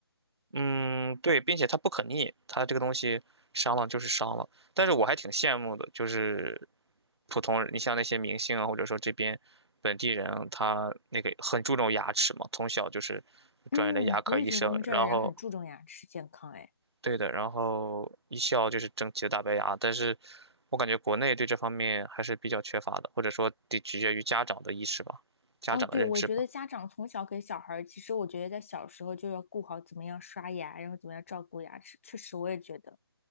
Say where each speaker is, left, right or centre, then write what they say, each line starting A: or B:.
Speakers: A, on the right; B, on the left.
A: 嗯，对，并且它不可逆，它这个东西伤了就是伤了。但是我还挺羡慕的，就是普通人，你像那些明星啊，或者说这边本地人啊他那个很注重牙齿嘛，从小就是专业的牙科医生，
B: 嗯，我也觉得他们这儿的人很注重牙齿健康。
A: 然后
B: 哎，
A: 对的，然后一笑就是整齐的大白牙。但是我感觉国内对这方面还是比较缺乏的，或者说得取决于家长的意识吧，家长的认知吧。
B: 哦，对，我觉得家长从小给小孩儿，其实我觉得在小时候就要顾好怎么样刷牙，然后怎么样照顾牙齿。确实，我也觉得。